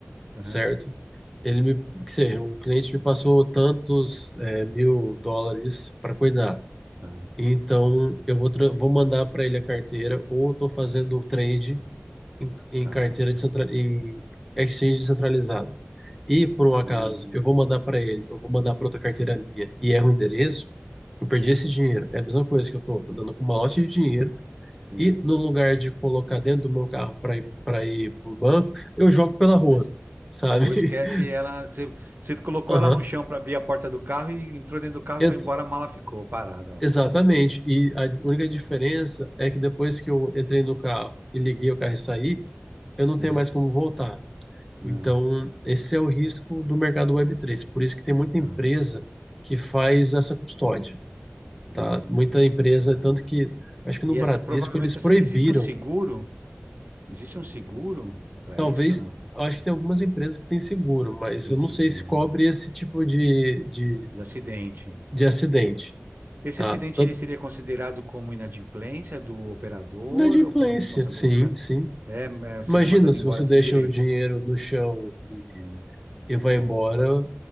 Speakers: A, on the right; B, in the centre.
A: Aham,
B: certo? Ele me, que seja, o cliente me passou tantos eh, mil dólares para cuidar.
A: tá,
B: Então, eu vou, tra- vou mandar para ele a carteira, ou eu estou fazendo o trade em, em
A: tá.
B: carteira descentra- em exchange descentralizada. E, por um acaso,
A: Ahn,
B: eu vou mandar para ele, eu vou mandar para outra carteira minha e erro o endereço, eu perdi esse dinheiro. É a mesma coisa que eu estou andando com um malote de dinheiro
A: sim.
B: e, no lugar de colocar dentro do meu carro para ir para ir para o banco, eu jogo pela rua,
A: Es-
B: sabe?
A: Ou
B: <laughs>
A: esquece ela. Você, você colocou
B: Aham.
A: ela no chão para abrir a porta do carro e entrou dentro do carro,
B: Ent-
A: foi embora, a mala ficou parada lá.
B: Exatamente. E a única diferença é que depois que eu entrei no carro e liguei o carro e saí, eu não tenho
A: É,
B: mais como voltar.
A: não,
B: Então, esse é o risco do mercado web três. Por isso que tem muita empresa
A: tá.
B: que faz essa custódia,
A: Hum,
B: tá? Muita empresa,
A: tá.
B: tanto que acho que no
A: E
B: Bradesco
A: essa provavelmente
B: eles proibiram.
A: essa, existe um seguro? Existe um seguro para
B: Talvez,
A: isso, não?
B: acho que tem algumas empresas que têm seguro, mas
A: Que tem
B: eu
A: seguro,
B: não sei se cobre
A: né?
B: esse tipo de, de,
A: De acidente.
B: de acidente,
A: Esse
B: tá?
A: acidente
B: Tanto,
A: ele seria considerado como inadimplência do operador
B: inadimplência,
A: ou como responsabilidade?
B: sim, sim.
A: É, é, seria
B: Imagina
A: mandado
B: se
A: embora
B: você
A: sem
B: deixa
A: direito.
B: o dinheiro no chão e,
A: né?
B: e vai
A: é.
B: embora,